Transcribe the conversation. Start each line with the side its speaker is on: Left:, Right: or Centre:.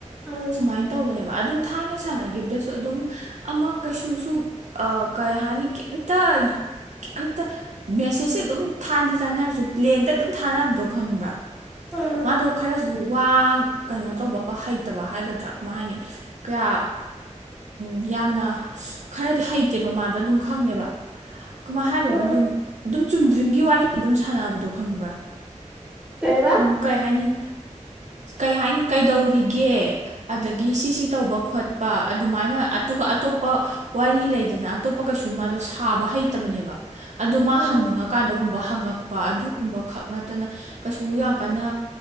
Centre: ꯎꯝ
Right: ꯁꯨꯃꯥꯏꯅ ꯇꯧꯕꯅꯦꯕ ꯑꯗꯨꯝ ꯊꯥꯏꯅ ꯁꯥꯟꯅꯈꯤꯕꯗꯁꯨ ꯑꯗꯨꯝ ꯑꯃ ꯀꯩꯁꯨꯁꯨ ꯀꯩ ꯍꯥꯏꯅꯤ ꯀꯩꯝꯇ ꯀꯩꯇ ꯃꯦꯁꯦꯁꯁꯦ ꯑꯗꯨꯝ ꯊꯥꯅꯗꯤ ꯇꯥꯟꯅꯔꯁꯨ ꯄ꯭ꯂꯦꯟꯗ ꯑꯗꯨꯝ ꯊꯥꯅꯕꯗꯣ ꯈꯪꯕ꯭ꯔꯥ
Centre: ꯎꯝ
Right: ꯃꯥꯗꯣ ꯈꯔꯁꯨ ꯋꯥ ꯀꯩꯅꯣ ꯇꯧꯕ ꯍꯩꯇꯕ ꯍꯥꯏꯒꯗ꯭ꯔꯥ ꯀꯃꯥꯏ ꯍꯥꯏꯅꯤ ꯀꯌꯥ ꯌꯥꯝꯅ ꯈꯔꯗꯤ ꯍꯩꯇꯦꯕ ꯃꯥꯗꯣ ꯑꯗꯨꯝ ꯈꯪꯉꯦꯕ ꯀꯃ ꯍꯥꯏꯗꯨꯗ
Centre: ꯎꯝ
Right: ꯑꯗꯨꯝ ꯑꯗꯨꯝ ꯆꯨꯟꯗ꯭ꯔꯒꯤ ꯋꯥꯔꯤ ꯑꯩ ꯑꯗꯨꯝ ꯁꯥꯟꯅꯕꯗꯣ ꯈꯪꯕ꯭ꯔꯥ
Centre: ꯀꯩꯕ
Right: ꯑꯗꯨꯝ ꯀꯩ ꯍꯥꯏꯅꯤ ꯀꯩ ꯍꯥꯏꯅꯤ ꯀꯩꯗꯧꯔꯤꯒꯦ ꯑꯗꯒꯤ ꯁꯤꯁꯤ ꯇꯧꯕ ꯈꯣꯠꯄ ꯑꯗꯨꯃꯥꯏꯅ ꯑꯗꯨꯒ ꯑꯇꯣꯞꯄ ꯋꯥꯔꯤ ꯂꯩꯗꯅ ꯑꯇꯣꯞꯄ ꯀꯩꯁꯨ ꯃꯥꯗꯣ ꯁꯥꯕ ꯍꯩꯇꯕꯅꯦꯕ ꯑꯗꯨ ꯃꯥ
Centre: ꯎꯝ
Right: ꯍꯪꯅꯤꯡꯉꯀꯥꯟꯗꯒꯨꯝ ꯍꯪꯉꯛꯄ ꯑꯗꯨ ꯒꯨꯝꯕ ꯈꯛ ꯅꯠꯇꯅ ꯀꯩꯁꯨ ꯌꯥꯝ ꯀꯟꯅ